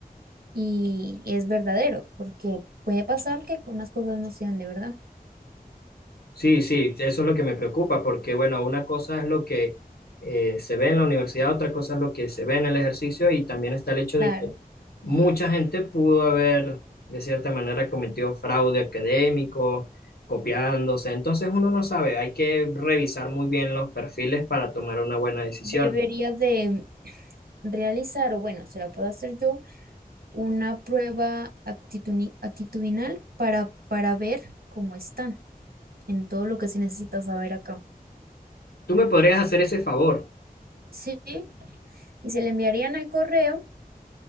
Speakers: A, on the right; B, on the left.
A: y es verdadero, porque puede pasar que unas cosas no sean de verdad.
B: Sí, sí, eso es lo que me preocupa, porque bueno, una cosa es lo que eh, se ve en la universidad, otra cosa es lo que se ve en el ejercicio y también está el hecho
A: Claro,
B: de que mucha gente pudo haber, de cierta manera, cometido fraude académico, copiándose. Entonces uno no sabe, hay que revisar muy bien los perfiles para tomar una buena decisión.
A: debería de realizar, o bueno, se la puedo hacer yo, una prueba aptituni- actitudinal para, para ver cómo están en todo lo que se necesita saber acá.
B: Tú me podrías hacer ese favor.
A: Sí, y se le enviarían al correo,